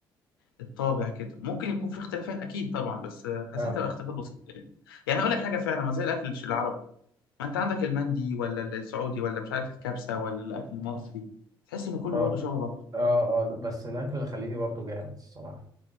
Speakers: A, on the left (about 85°); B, on the right (about 30°).
A: الطابع كده ممكن يكون في اختلافات اكيد طبعا بس آه، حسيتها
B: اه
A: بقى اختلافات بسيطه يعني يعني اقول لك حاجه فعلا ما زي الاكل الش- العربي ما انت عندك المندي ولا السعودي ولا مش عارف الكبسه ولا الاكل المصري تحس ان كله
B: اه
A: برضه شبه بعض
B: اه اه بس الاكل الخليجي برضو جامد الصراحه